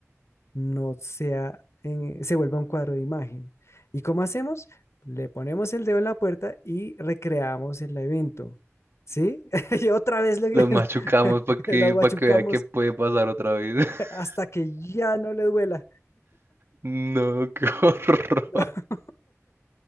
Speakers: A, on the left; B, on the right.
A: no sea, en- se vuelva un cuadro de imagen. ¿Y cómo hacemos? Le ponemos el dedo en la puerta y recreamos el evento. ¿Sí? <laughs> Y otra vez le,
B: Los
A: <laughs>
B: machucamos para que,
A: lo machucamos
B: para que vea que puede pasar otra vez. <laughs>
A: hasta que ya no le duela.
B: No, qué horror.
A: <laughs>